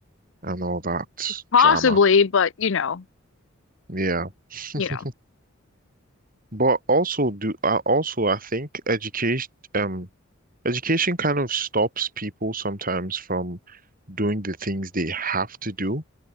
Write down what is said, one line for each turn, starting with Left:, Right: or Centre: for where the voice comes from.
Right: and all that
Left: Possibly,
Right: drama.
Left: but you know,
Right: Yeah, <laughs>
Left: you know,
Right: but also do I also I think education um education kind of stops people sometimes from doing the things they have to do.